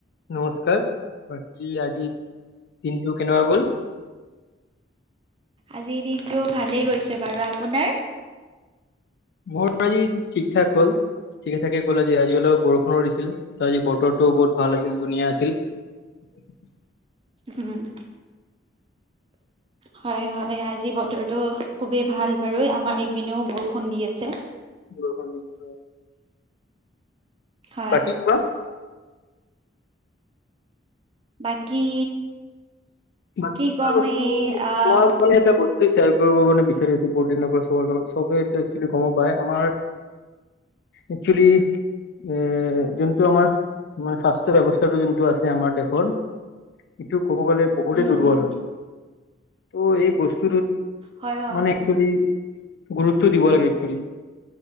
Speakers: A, on the left; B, on the right.
A: নমস্কাৰ বাকি আজি দিনটো কেনেকুৱা গ'ল?
B: আজিৰ দিনটো ভালেই গৈছে বাৰু, আপোনাৰ?
A: মোৰ আজি ঠিক-ঠাক হ'ল। ঠিকে থাকে গ'ল আজি। আজি অলপ বৰষুণো দিছিল, ত' আজি বতৰটো বহুত ভাল আছিল ধুনীয়া আছিল। <unintelligible>
B: উম। হয় হয়, আজি বতৰটো খুবেই ভাল বাৰু আমাৰ ইপিনেও বৰষুণ দি আছে।
A: বৰযুণ দি <unintelligible>
B: হয়
A: বাাকী কোৱা।
B: বাকী
A: বাকী
B: কি
A: এটা
B: ক'ম
A: বস্তু,
B: এই আহ
A: মই মানে এটা বস্তু চেয়াৰ কৰিব মানে বিচাৰি আছো বহুত দিনৰ পৰা চবৰ লগত, চবেই এটো একচোৱেলি গমো পাই আমাৰ একচোলি এ যোনটো আমাৰ মানে স্বাস্থ্য ব্যৱস্থাটো যোনটো আছে আমাৰ দেশৰ, এইটো ক'ব গ'লে বহুতে
B: উম
A: দুৰ্বল
B: উম
A: হয়। ত' এই বস্তুটোত
B: হয় হয়
A: মানে একচলি গুৰুত্ব দিব লাগে একচলি।